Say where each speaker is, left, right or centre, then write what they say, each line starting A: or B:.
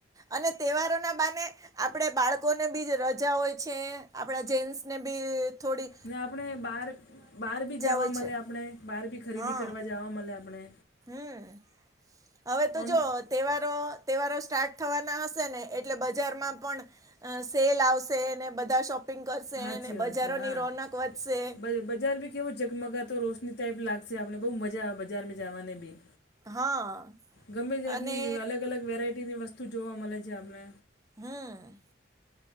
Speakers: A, on the right; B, on the left.
A: અને તહેવારોના બાને આપડે બાળકોને બી રજા હોય છે આપડા જેન્ટસને બી થોડીક
B: ને આપણે બહાર બહાર ભી જવા
A: હોય
B: મળે
A: છે
B: આપણે બહાર ભી ખરીદી
A: હા
B: કરવા જવા મળે આપણે
A: હમ હવે તો
B: આમ
A: જો તેહવારો તેહવારો સ્ટાર્ટ થવાના હશે ને એટલે બજારમાં પણ અ સેલ આવશે ને, બધા શોપિંગ કરશેને,
B: સાચી
A: બજારોની
B: વાત છે હા
A: રોનક વધશે
B: બ બજાર ભી કેવો જગમગાતો રોશની ટાઈપ લાગશે આપણે બહઉ મજા આવે બજારમાં જાવાને બી
A: હા
B: ગમે જાતની
A: અને
B: અલગ-અલગ વેરાયટીની વસ્તુ જોવા મલે છે આપને
A: હમ